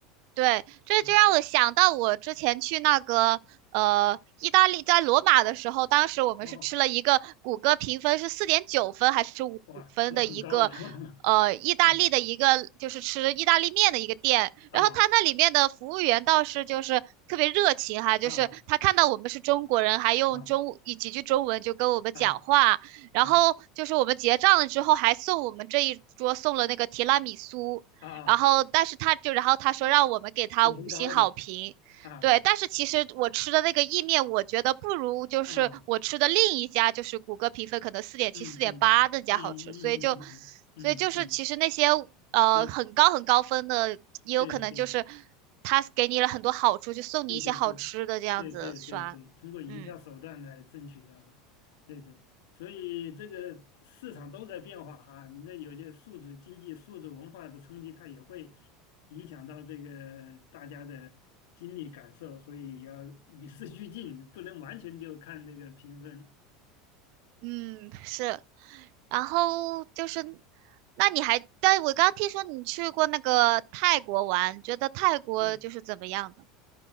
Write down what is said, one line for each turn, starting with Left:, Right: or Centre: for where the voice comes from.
Right: 对，这就让我想到我之前去那个呃意大利，
Left: 嗯，
Right: 在罗马的时候，当时我们是吃了一个谷歌评分是四点九分还是五分的一个
Left: 哦，哇，那很高了，<laughs>
Right: 呃意大利的一个就是吃意大利面的一个店，
Left: 嗯啊
Right: 然后他那里面的服务员倒是就是特别热情哈，就是他看到我们是中国人，
Left: 啊。啊
Right: 还用中以几句中文就跟我们讲话，
Left: 啊啊
Right: 然后就是我们结账了之后还送我们这一桌送了那个提拉米苏。
Left: 啊啊，
Right: 然后但是他就然后他说让我们给他五星好评，
Left: 音频高一点啊
Right: 对，但是其实我吃的那个意面，我觉得不如就是我吃的另一家，
Left: 啊，
Right: 就是谷歌评分可能四点七、
Left: 嗯嗯嗯嗯嗯嗯
Right: 四点八那家好吃，所以就
Left: 嗯嗯，
Right: 所以就是其实那些呃很高很高分的，
Left: 嗯对
Right: 也有可能就是
Left: 对对对
Right: 他给你了很多好处，就送你一些好吃的这样子刷，
Left: 对对对对对对对对，通过营销手段来争取到的，
Right: 嗯。
Left: 对对，所以这个市场都在变化哈，你这有些数字经济、数字文化的冲击，它也会影响到这个大家的经历感受，所以要与时俱进，不能完全就看这个评分，
Right: 嗯，是。然后就是，那你还，但我刚刚听说你去过那个泰国玩，觉得泰国就是怎么样的？
Left: 对。